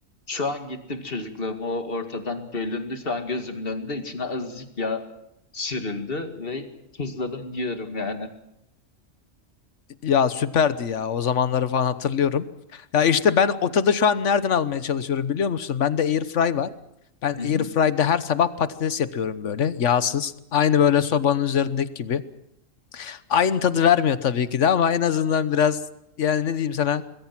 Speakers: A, on the left; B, on the left.
A: şu an gittim çocukluğuma o ortadan bölündü. Şu an gözümün önünde içine azıcık yağ sürüldü ve tuzladım yiyorum yani.
B: Ya süperdi ya. O zamanları falan hatırlıyorum. Ya işte ben o tadı şu an nereden almaya çalışıyorum biliyor musun? Bende airfry var. Ben
A: Hı hı.
B: airfry'de her sabah patates yapıyorum böyle yağsız. Aynı böyle sobanın üzerindeki gibi. Aynı tadı vermiyor tabii ki de ama en azından biraz yani ne diyeyim sana